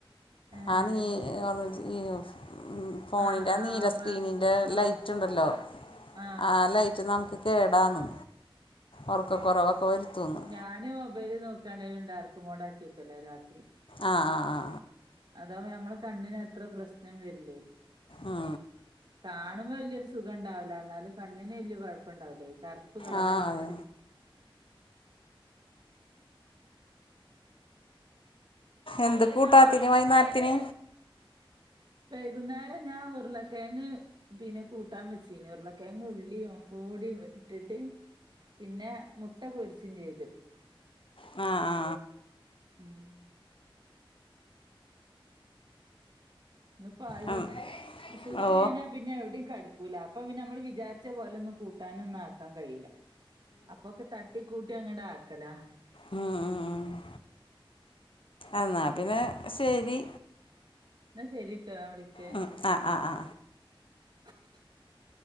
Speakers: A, on the right (about 50°); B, on the left (about 65°).
A: ഏഹ്
B: ആ നീ
A: അത് ശരി
B: ഓറഞ്ച് ഈ ഉം ഫോണിന്റെ
A: ആഹ്
B: ആ
A: ആഹ്
B: നീല
A: നമ്മള
B: സ്ക്രീനിന്റെ
A: ആഹ്
B: ലൈറ്റ് ഇണ്ടല്ലോ
A: ആഹ്
B: ആ ലൈറ്റ് നമുക്ക് കേടാന്ന് ഒറക്ക കൊറവൊക്കെ വരുത്തൂന്ന്
A: ഞാനും മൊബൈല് നോക്കാണേലും ഡാർക്ക്‌ മോടാക്കി വെക്കലാ രാത്രി
B: ആ ആആആ
A: അതാവ്മ്പ നമ്മളെ കണ്ണിന് അത്ര പ്രശ്നം വരില്ലേ
B: ആ
A: കാണുമ്പൊ വല്ല്യൊരു സുഖംണ്ടാവൂല എന്നാലും കണ്ണിന് വല്ല്യ കുഴപ്പംണ്ടാവൂലെ കറുപ്പ് കളറായിന്ന്
B: ആ അത് എന്ത് കൂട്ടാത്തിന് വൈന്നേരത്തിന്
A: വൈകുന്നേരം ഞാൻ ഉർളക്കെഴങ്ങ് പിന്നെ കൂട്ടാൻ വച്ചീന് ഉർളക്കെഴങ്ങ് ഉള്ളീം ഒക്കകൂടി വ് ഇട്ടിട്ട് പിന്നെ മുട്ട പൊരിച്ചും ചെയ്തു
B: ആ ആ
A: ഉം ന്ന്‌ പ്പൊ ആരീം
B: ആ ഉം.
A: സുഖല്യാഞ്ഞാ
B: ഓ
A: പിന്നെ എവിടീം കടുക്കൂല അപ്പൊ പിന്നെ നമ്മള് വിചാരിച്ച പോലെ ഒന്നും കൂട്ടാനൊന്നും ആക്കാൻ കഴിയൂല അപ്പൊക്കെ തട്ടി കൂട്ടി അങ്ങട് ആക്കലാ
B: ഉം മ്മ് മ് എന്നാ പിന്നെ ശരി
A: ന്നാ ശരിട്ടോ ഞാ വിളിക്കേ
B: മ് ആ ആആആ
A: <inaudible>